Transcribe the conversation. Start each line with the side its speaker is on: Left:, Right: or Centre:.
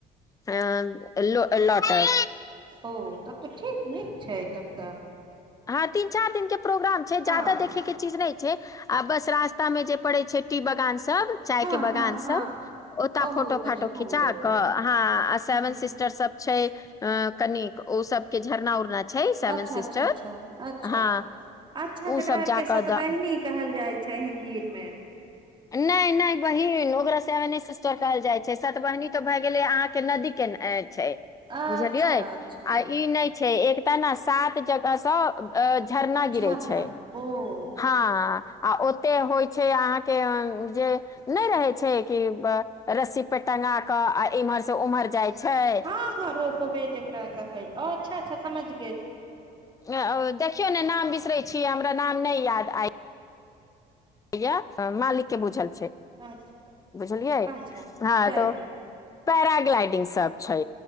Left: अ लो लोटर
Right: ओ तब तऽ ठीक नीक छै तब तऽ
Left: हँ तीन चार दिन के प्रोग्राम छै ज
Right: हँ
Left: जादा देखैके चीज नहि छै आ बस रास्ता में जे पड़े छै टी बगान सब चाय
Right: हँ
Left: के बगान
Right: हँ हँ
Left: सब ओता
Right: ओहू
Left: फोटो
Right: तनि
Left: फाटो
Right: घूम
Left: खिचा
Right: लेब
Left: क
Right: अहाँ
Left: अहा आ सेवन
Right: हूँ हूँ
Left: सिस्टर सब छै अ कनिक ओ सब के झरना उरना छै सेवेन
Right: अच्छा
Left: सिस्टर
Right: अच्छा अच्छा अच्छा
Left: हँ
Right: अच्छा
Left: ओ
Right: जेकरा
Left: सब
Right: आर
Left: जाकऽ
Right: के सतबहिनी
Left: द
Right: कहल जाइ छै ह भीड़ मे
Left: नहि नहि बहीन नोगरा सेव नहि सिस्टर कहल जाइत सतबहिनी तऽ भए गेलैहाँ के नदी के न अच छै
Right: अच्छा
Left: बुझलियै
Right: अच्छा
Left: आ ई नहि छै एकटा ने सात जगहसँ अ झरना
Right: झरना
Left: गिरे छै
Right: ओ
Left: हँ आ ओते होइ छै अहााँके के जे नहि रहे छै कि रस्सी पे टंगा के आ इम्हर से उम्हर जाइ छै
Right: हँ हँ रोपबे जेब रा कहइ ओ अच्छा अच्छा समझ गै
Left: ओ देखियौ ने नाम बिसर े छी हमरा नाम नहि याद आइ भैया मालिक के बूझल
Right: अच्छा
Left: बुझलियै
Right: अच्छा
Left: हँ
Right: जाय
Left: तऽ
Right: दू
Left: पैराग्लाडिंग सब छै